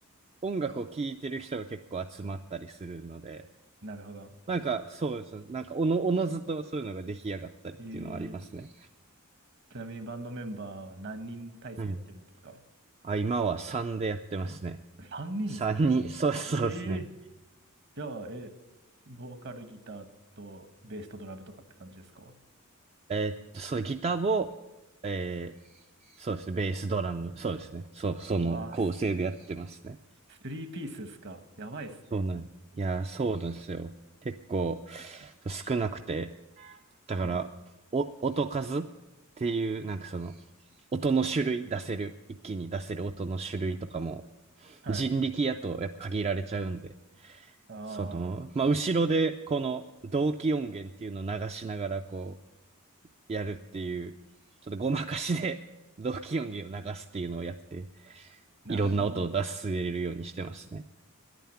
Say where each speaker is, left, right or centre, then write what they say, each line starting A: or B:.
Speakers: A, on the right; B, on the right.
A: 音楽を聴いてる人が結構集まったりするので、
B: なるほど。
A: なんか、そうですね。なんか、おの、おのずとそういうのが出来上がったりっていうのはありますね。
B: ええちなみにバンドメンバーは何人体制でやってるんですか
A: はいあ、今は3でやってますね。
B: ?3 人ですかええー
A: 3に、<laughs> そう、そうですね。
B: じゃあ、え、ボーカルギターとベースとドラムとかって感じですか
A: えーっと、そのギターボ、えー、そうですね、ベース、ドラム、そうですね。そう、その構成でやってますね。
B: うわぁ、ススリーピースですかやばいですね。
A: そうなんです。いやー、そうなんですよ。結構少なくて、だから、
B: うん。
A: お、音数っていう、なんかその、音の種類出せる、一気に出せる音の種類とかも、
B: はい。
A: 人力やとやっぱ限られちゃうんで、
B: ああ、
A: その、まあ、後ろでこの同期音源っていうのを流しながら、こう、やるっていう、ちょっとごまかしで <laughs> 同期音源を流すっていうのをやって、
B: なるほど。
A: いろんな音を出すれるようにしてますね。